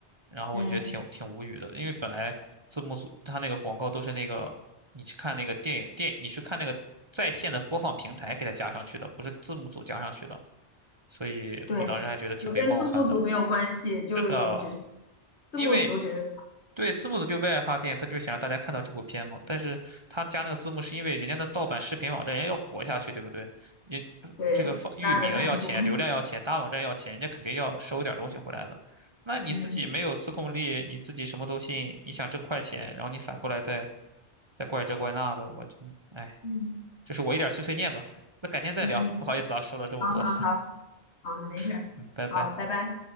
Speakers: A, on the right (about 25°); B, on the left (about 80°).
A: 然后我就觉得挺挺无语的，
B: 嗯，
A: 因为本来字幕组他那个广告都是那个，你去看那个电影电，你去看那个在线的播放平台给它加上去的，不是字幕组加上去的，所以我当时还觉得挺被冒犯的。
B: 对，就跟字幕组没有关系，就是只是
A: 是的，
B: 字幕组只是
A: 因为对，字幕组就为爱发电，他就想让大家看到这部片嘛。但是他加那个字幕是因为人家的盗版视频网站，人家要活下去，对不对？你这个放域名要钱，
B: 对拉的赞助。<laughs>
A: 流量要钱，大网站要钱，人家肯定要收点东西回来的。那你自己没有自控力，
B: 嗯
A: 你自己什么都信，你想挣快钱，然后你反过来再再怪这怪那的，我真，哎，
B: 嗯
A: 就是我一点碎碎念吧。那改天再聊，
B: 嗯嗯，
A: 不好意思啊，说了这么多，
B: 好好好好，没事儿好，
A: <laughs> 嗯，拜拜。
B: 拜拜。